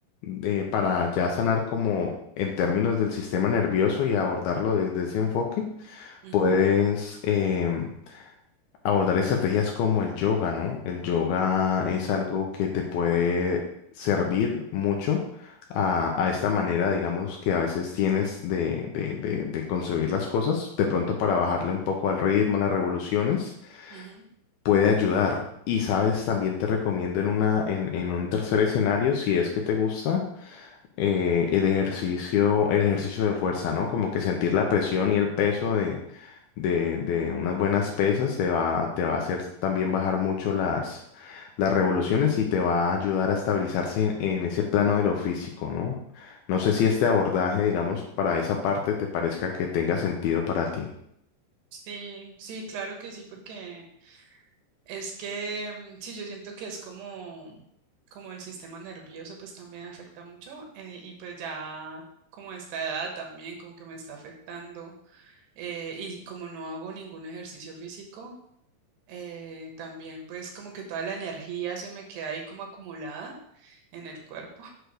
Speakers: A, on the left; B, on the right.
A: eh, para ya sanar como en términos del sistema nervioso y abordarlo desde ese enfoque,
B: ujú,
A: puedes em, abordar estrategias como el yoga, ¿no? El yoga
B: mm,
A: es algo que te puede servir mucho a, a esta manera, digamos, que a veces tienes de, de, de, de concebir las cosas. De pronto para bajarle un poco al ritmo, a las revoluciones,
B: ujú.
A: puede ayudar. Y sabes, también te recomiendo en una, en, en un tercer escenario, si es que te gusta eh, el ejercicio, el ejercicio de fuerza, ¿no? Como que sentir la presión y el peso de, de, de unas buenas pesas te va, te va a hacer también bajar mucho las, las revoluciones y te va a ayudar a estabilizarse en, en ese plano de lo físico, ¿no? No sé si este abordaje, digamos, para esa parte te parezca que tenga sentido para ti.
B: Sí, sí, claro que sí, porque es que mm, sí, yo siento que es como, como el sistema nervioso, pues también afecta mucho eh, y pues ya como a esta edad también como que me está afectando eh, y como no hago ningún ejercicio físico, eh, también pues como que toda la energía se me queda ahí como acumulada en el cuerpo.